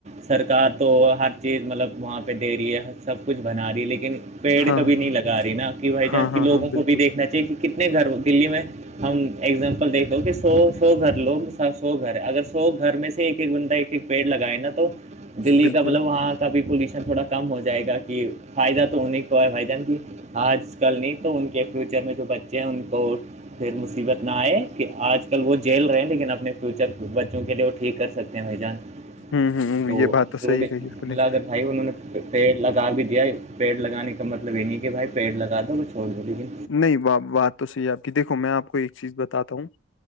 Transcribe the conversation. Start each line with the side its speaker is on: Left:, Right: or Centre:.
Right: سرکار تو ہر چیز مطلب وہاں پہ دے رہی ہے سب کچھ بنا رہی ہے لیکن پیڑ
Left: ہاں
Right: کبھی
Left: ہاں
Right: نہیں لگا رہی نا کہ بھائی جان
Left: ہاں
Right: کی
Left: ہاں
Right: لوگوں
Left: ہاں بالکل
Right: کو بھی دیکھنا چاہیے کہ کتنے گھر دلی میں ہم اگزامپل دیکھ دو کہ سو سو گھر لوگ سو گھر ہے اگر سو گھر میں سے ایک ایک بندہ ایک ایک پیڑ لگائے نا تو دلی
Left: بالکل
Right: کا مطلب وہاں تبھی پولوشن تھوڑا کم ہو جائے گا کہ فائدہ تو انہیں کو ہے بھائی جان کی آج کل نہیں تو ان کے میں جو بچے ہیں ان کو پھر مصیبت نہ آئے کہ آج کل وہ جیل رہے ہیں لیکن اپنے فیوچر بچوں کے لیے وہ ٹھیک کر سکتے ہیں بھ جان
Left: ہوں ہوں
Right: تو
Left: یہ بات
Right: ضرور
Left: صحیح کہی آپ نے
Right: مطلا اگر بھائی انہوں نے پیڑ لگا بھی دیا پیڑ لگانے کا مطلب یہ نہیں کہ بھائی پیڑ لگا دو وہ چھوڑ دو لیکن
Left: نہیں بات تو صحیح آپ کی دیکھو میں آپ کو ایک چیز بتاتا ہوں